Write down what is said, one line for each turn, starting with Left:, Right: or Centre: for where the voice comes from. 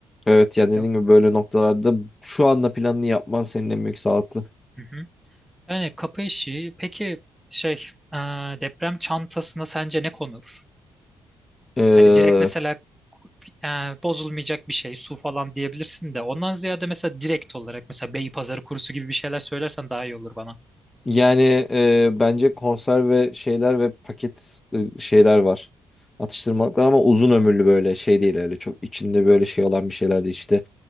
Left: Evet yani dediğim
Centre: Ya,
Left: gibi böyle noktalarda şu anda planını yapman senin en büyük sağlıklı.
Centre: hı hı. Yani kapı işi peki şey e, deprem çantasına sence ne konur?
Left: E,
Centre: Hani direkt mesela e, bozulmayacak bir şey su falan diyebilirsin de ondan ziyade mesela direkt olarak mesela Beypazarı kurusu gibi bir şeyler söylersen daha iyi olur bana.
Left: Yani e, bence konserve şeyler ve paket e, şeyler var. Atıştırmalıklar ama uzun ömürlü böyle şey değil öyle çok içinde böyle şey olan bir şeyler değil işte